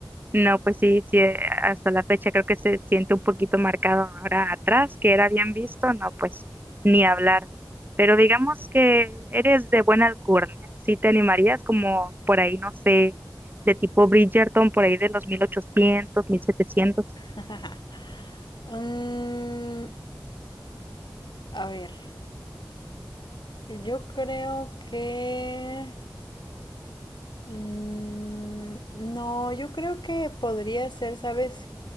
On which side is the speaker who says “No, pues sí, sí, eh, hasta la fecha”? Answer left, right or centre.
Right